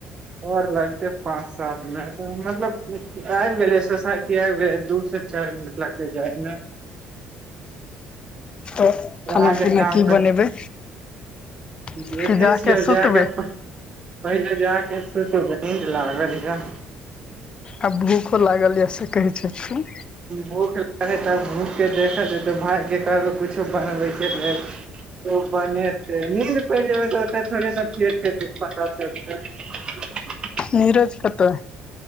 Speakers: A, on the right (about 30°); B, on the left (about 35°).
A: आओर लगतै पाँच सात मिनट मतलब आइब गेलियै सोसाइटी आइब गेलियै दू सँ चाइर मिनट लागतै जाइ मे
B: तऽ खाना
A: अहाँके
B: पीना
A: काम
B: की बनेबै कि
A: देखै
B: जाके
A: छियै
B: सुतबै
A: आब जा कऽ पै पहिले जै कऽ सुतबै नींद लागल य
B: आब भूखो लागल य से कहै छथिन
A: भूख लागल यऽ तब भूख केँ देखल जेतै भाय कऽ कहबे कुछो बनबै कऽ लेल उ बने निंद पैर जेबै तऽ ओतऽ थोड़े नऽ पेट छैय से पता चलतै
B: निरज कतअ